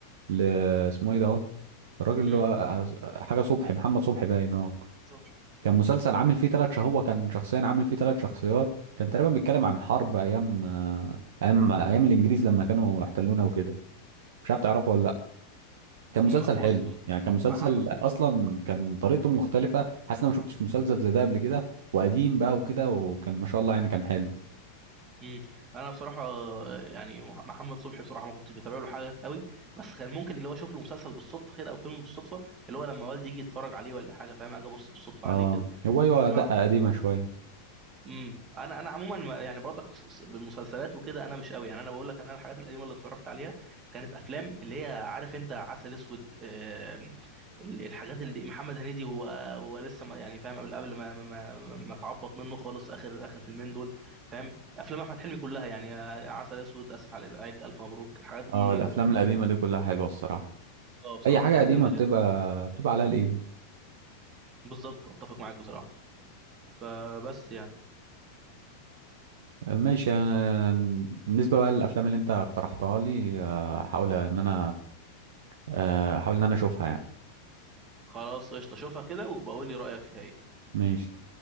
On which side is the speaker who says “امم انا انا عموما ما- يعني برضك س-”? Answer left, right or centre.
Right